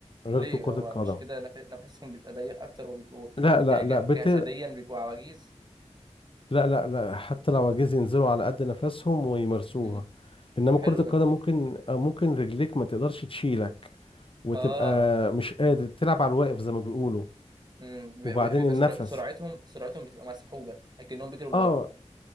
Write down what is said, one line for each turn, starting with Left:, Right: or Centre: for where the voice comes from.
Left: غير
Right: ليه
Left: كرة
Right: هو
Left: القدم
Right: مش كده نف- نفسهم بيبقى ضيق اكتر وبيبقوا
Left: لا لا
Right: يعني ج-
Left: لا بت...
Right: جسديا بيبقوا عواجيز
Left: لا لا لا حتى لو عايزين ينزلوا على قد نفسهم ويمارسوها
Right: مم.
Left: انما كرة
Right: حلو
Left: القدم
Right: ده
Left: ممكن ممكن رجليك ما تقدرش تشيلك وتبقى
Right: اه
Left: مش قادر بتلعب على الواقف زي ما بيقولوا
Right: مم. بيبقى
Left: وبعدين
Right: بيبقى
Left: النفس
Right: سرع- سرعتهم سرعتهم بتبقى مسحوبة لكنهم بيجروا لورا
Left: اه